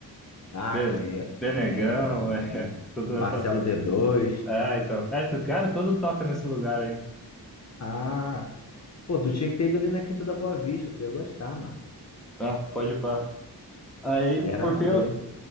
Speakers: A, on the left; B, in the centre.
A: Ah,
B: Be-
A: conheço
B: Benegão,
A: também, conheço também.
B: é, <laughs> toda
A: Marcelo
B: essa.
A: d dois.
B: É, então. É, esse cara todo toca nesse lugar aí.
A: Ah, pô, tu tinha que ter ido ali na Quinta da Boa Vista, tu ia gostar, mano.
B: Ah, pode pá. Aí,
A: Ali era
B: por
A: maneiro.
B: fim, eu,